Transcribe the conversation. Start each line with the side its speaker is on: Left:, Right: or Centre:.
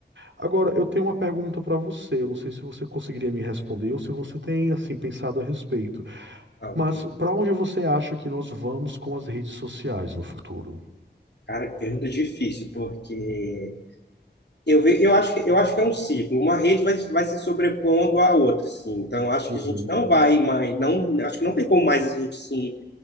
Right: Agora, eu tenho uma pergunta para você. Eu não sei se você conseguiria me responder ou se você tem assim pensado a respeito.
Left: ó,
Right: Mas para onde você acha que nós vamos com as redes sociais no futuro?
Left: Cara, que pergunta difícil, porque eu, ve- eu, acho que, eu acho que é um ciclo. Uma rede vai, vai se sobrepondo à outra, assim. Então, eu acho
Right: Uhum.
Left: que a gente não vai mais, não, acho que não tem como mais a gente se